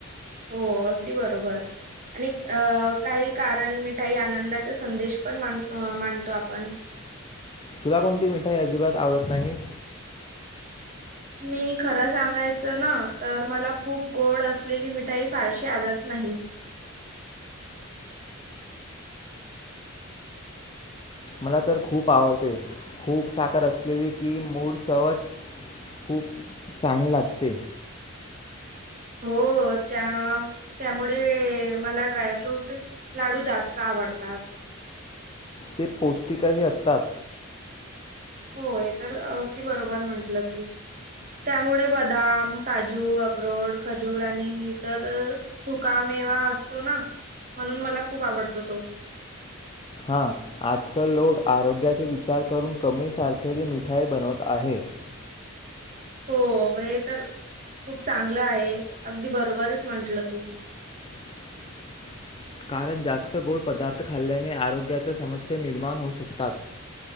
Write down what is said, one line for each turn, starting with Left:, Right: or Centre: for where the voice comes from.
Right: हो अगदी बरोबर आणि अ काही कारण मिठाई आनंदाचा संदेश पण मांडतो आपण
Left: तुला कोणती मिठाई अजिबात आवडत नाही.
Right: मी खरं सांगायचं ना तर मला खूप गोड असलेली मिठाई फारशी आवडत नाही. नाही.
Left: मला तर खूप आवडते खूप साखर असलेली की मूळ चवच खूप चांग लागते.
Right: हो त्या त्यामुळे मला ड्रायफ्रूट लाडू जास्त आवडत आवडतात.
Left: ते पौष्टिकही असतात.
Right: होय तर अगदी बरोबर म्हंटलं तू त्यामुळे बदाम काजू अक्रोट खजूर आणि इ तरर सुकाम असतो म्हणून मला खूप आवडतो तो.
Left: हा आजकाल लोक आरोग्याचे विचार करून कमी सारखे जे मिठाई बनवत आहे. <inaudible>
Right: हो हे तर खूप चांगलं आहे अगदी बरोबरच म्हंटलं तू.
Left: <unintelligible> कारण जास्त गोड पदार्थ खाल्ल्याने आरोग्याच्या समस्या निर्माण होऊ शकतात. <inaudible>